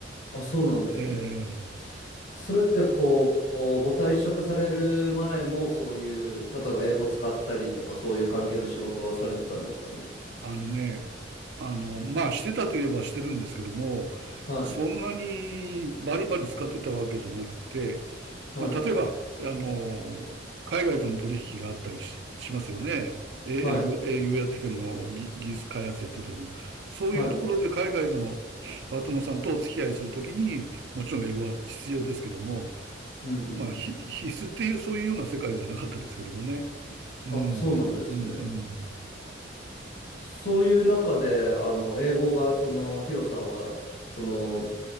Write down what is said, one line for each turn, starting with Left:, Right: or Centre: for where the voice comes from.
Left: あ、そうなんですね。
Right: えー
Left: それってこう、ご退職される前もそういう、例えば英語使ったりとかそういう関係の仕事はされてたんですかね。
Right: あのね、あの、まあ、してたといえばしてるんですけども、
Left: はい、
Right: そんなにバリバリ使ってたわけじゃなくて、
Left: はい、
Right: まあ、例えば、あの、海外との取引があったりし、しますよね。え営業、
Left: はい、
Right: 営業やってても、ぎ技術開発やってても、そういうところで海外のパートナーさんとお付き合いするときに、
Left: はい。うん
Right: もちろん英語は必要ですけども、
Left: うんうん。
Right: まあ、ひ必須っていうそういうような世界ではなかったですけどもね。うん、
Left: あ、そうなんですね。
Right: うん、
Left: そういう中で、あの、英語がその、ヒロさんは、その、